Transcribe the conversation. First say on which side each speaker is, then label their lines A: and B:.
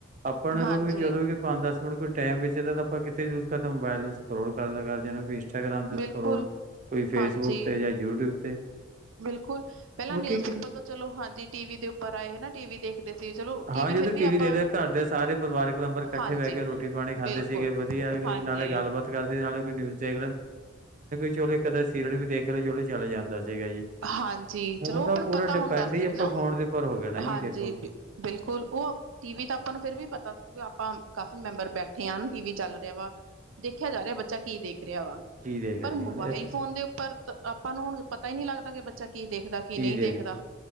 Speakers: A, on the right; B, on the right.
A: ਆਪਾਂ ਨੂੰ
B: ਹਾਂਜੀ।
A: ਵੀ ਜਦੋਂ ਪੰਜ-ਦਸ ਮਿੰਟ ਕੋਈ ਟੈਮ ਵੇਦਾ ਤਾਂ ਆਪਾਂ ਕਿੱਥੇ ਯੂਜ ਕਰਦੇ ਮੋਬਾਇਲ ਨੂੰ। ਰੋਲ ਕਰ ਲਕਰ ਜਾਣਾ ਭੇ ਇੰਸਟਾਗ੍ਰਾਮ ਤੇ
B: ਬਿਲਕੁਲ,
A: ਸਕਰੋਲ ਕੋਈ ਫੇਸਬੁੱਕ
B: ਹਾਂਜੀ।
A: ਤੇ ਜਾਂ ਯੂਟਿਊਬ ਤੇ
B: ਬਿਲਕੁਲ, ਪਹਿਲਾਂ
A: ਬਾਕੀ
B: ਨਿਊਜ਼
A: ਇੱਕ
B: ਪੇਪਰ ਤੋਂ ਚਲੋ ਹਾਂਜੀ ਟੀ ਵੀ ਦੇ ਉੱਪਰ ਆਏ ਨਾਂ ਟੀ ਵੀ ਦੇਖਦੇ ਸੀ। ਚਲੋ ਟੀਵੀ
A: ਹਾਂ ਜਦੋਂ
B: ਫਿਰ
A: ਟੀ
B: ਆਪਾਂ
A: ਵੀ ਦੇਖਦੇ ਘਰ ਦੇ ਸਾਰੇ ਪਰਿਵਾਰਕ ਮੈਂਬਰ ਇਕੱਠੇ
B: ਹਾਂਜੀ,
A: ਬਹਿ ਕੇ ਰੋਟੀ ਪਾਣੀ ਖਾਂਦੇ
B: ਬਿਲਕੁਲ,
A: ਸੀਗੇ। ਵਧੀਆ
B: ਹਾਂਜੀ।
A: ਨਾਲੇ ਗੱਲਬਾਤ ਕਰਦੇ ਸੀ ਨਾਲੇ ਕੋਈ ਨਿਊਜ਼ ਦੇ ਚਲੋ ਕ ਸੀਰੀਅਲ ਵੀ ਦੇਖ ਲਓ ਚੋ ਚਲੇ ਜਾਂਦਾ ਸੀਗਾ ਜੀ।
B: ਹਾਂਜੀ,
A: ਹੁਣ
B: ਚਲੋ
A: ਤਾਂ
B: ਆਪਾਂ ਨੂੰ
A: ਪੂਰਾ
B: ਪਤਾ ਹੁੰਦਾ
A: ਡਿਪੈਂਡ ਹੀ
B: ਸੀ
A: ਆਪਾਂ
B: ਹਨਾ।
A: ਫੋਨ ਦੇ ਉੱਪਰ ਹੋ ਗਿਆ ਨਾ ਜੀ
B: ਹਾਂਜੀ
A: ਦੇਖੋ।
B: ਬਿਲਕੁਲ ਉਹ ਟੀ ਵੀ ਤਾਂ ਆਪਾਂ ਨੂੰ ਫਿਰ ਵੀ ਪਤਾ ਆਪਾਂ ਕਾਫੀ ਮੈਂਬਰ ਬੈਠੇ ਆਂ ਟੀ ਵੀ ਚੱਲ ਰਿਹਾ ਵਾ ਦੇਖਿਆ ਜਾ ਰਿਹਾ ਬੱਚਾ ਕੀ ਦੇਖ ਰਿਆ ਵਾ
A: ਕੀ ਦੇਖ
B: ਪਰ
A: ਰਹੇ
B: ਮੋਬਾਇਲ
A: ਜੀ ਹੁਣ ਇੱਥੇ
B: ਫੋਨ ਦੇ ਉੱਪਰ ਤਾਂ ਆਪਾਂ ਨੂੰ ਹੁਣ ਪਤਾ ਹੀ ਨਈਂ ਲੱਗਦਾ ਕਿ ਬੱਚਾ ਕੀ ਦੇਖਦਾ
A: ਕੀ
B: ਨਹੀਂ
A: ਦੇਖ
B: ਦੇਖਦਾ